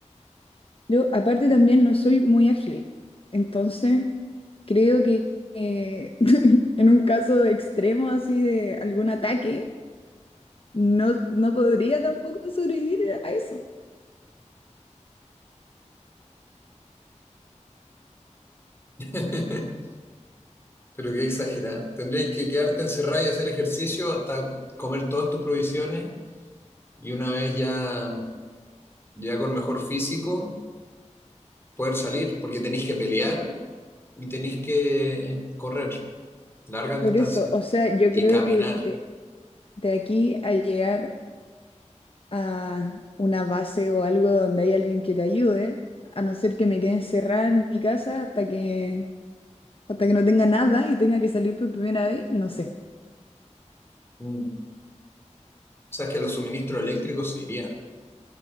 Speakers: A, on the left; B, on the left.
A: Yo aparte también no soy muy ágil, entonces creo que eh, <laughs> en un caso extremo así de algún ataque, no, no podría tampoco sobrevivir a eso.
B: <laughs> Pero qué exagerada. Tendrías que quedarte encerrada y hacer ejercicio hasta comer todas tus provisiones y una vez ya, ya con mejor físico poder salir, porque tenéis que pelear y tenéis que correr largas
A: Por
B: distancias
A: eso, o sea, yo
B: y
A: creo
B: caminar.
A: que de, de aquí a llegar a una base o algo donde hay alguien que te ayude, a no ser que me quede encerrada en mi casa hasta que, hasta que no tenga nada y tenga que salir por primera vez, no sé.
B: Mm. O sea, es que los suministros eléctricos se irían.